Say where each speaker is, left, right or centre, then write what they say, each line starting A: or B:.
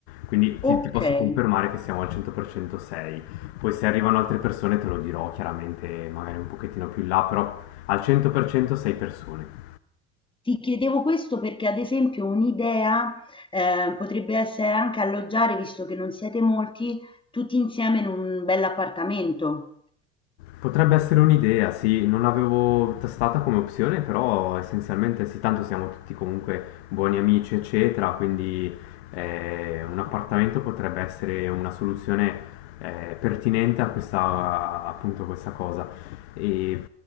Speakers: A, on the left; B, on the left.
A: quindi ti,
B: Okay.
A: ti posso confermare che siamo al 100% 6. Poi se arrivano altre persone te lo dirò chiaramente magari un pochettino più in là, però al 100% 6 persone.
B: Ti chiedevo questo perché, ad esempio, un'idea eh, potrebbe essere anche alloggiare, visto che non siete molti, tutti insieme in un bell'appartamento.
A: Potrebbe essere un'idea, sì, non l'avevo testata come opzione, però essenzialmente sì, tanto siamo tutti comunque buoni amici, eccetera, quindi eh, un appartamento potrebbe essere una soluzione eh, pertinente a questa, appunto, questa cosa. E